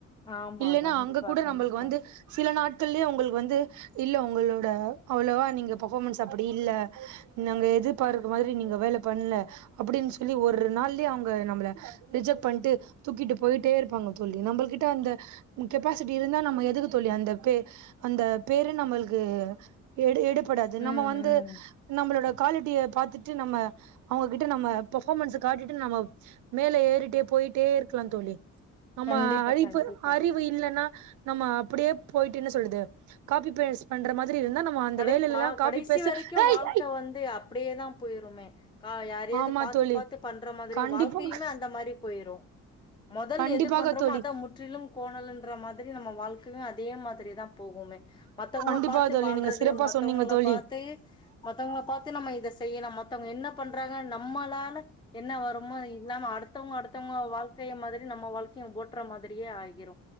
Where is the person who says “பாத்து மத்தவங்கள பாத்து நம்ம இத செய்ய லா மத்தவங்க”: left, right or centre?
Left